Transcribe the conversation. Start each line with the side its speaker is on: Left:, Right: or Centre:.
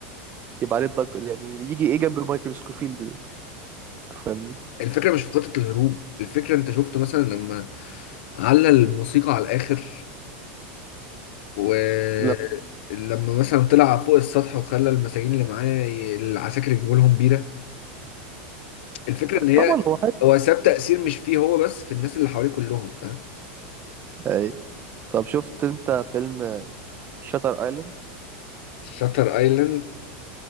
Right: يبقى عليه الضجه دي يعني يجي ايه جنب مايكل سكوفيلد ده فاهمني
Left: الفكره مش في خطه الهروب الفكره انت شفت مثلا لما علّى الموسيقى على الاخر ولما
Right: لا
Left: مثلا طلع فوق السطح وخلى المساجين اللي معاه ي- العساكر يجيبوا لهم بيره الفكره ان هي
Right: طبعا هو حلو
Left: هو ساب تاثير مش فيه هو بس في الناس اللي حواليه كلهم فاهم
Right: يعني طب شفت انت فيلم شاتر ايلاند
Left: شاتر ايلاند